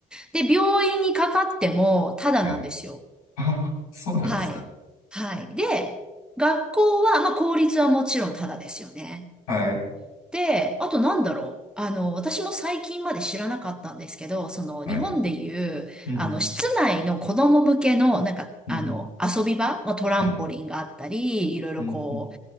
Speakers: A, in the centre; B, on the left (about 75°).
A: で、病院にかかっても、ただなんですよ。
B: はい。あ、そうなんですか。
A: はい。はい。で、学校は、まあ、公立はもちろんただですよね。
B: はい、
A: で、あとなんだろう。あの、私も最近まで知らなかったんですけど、その日本でいう、
B: はい。うん、うん、
A: あの、室内の子供向けの、なんか、
B: うんうん
A: あの、遊び場、まあ、トランポリンがあったり、
B: はい。
A: いろいろこ
B: うん、うん、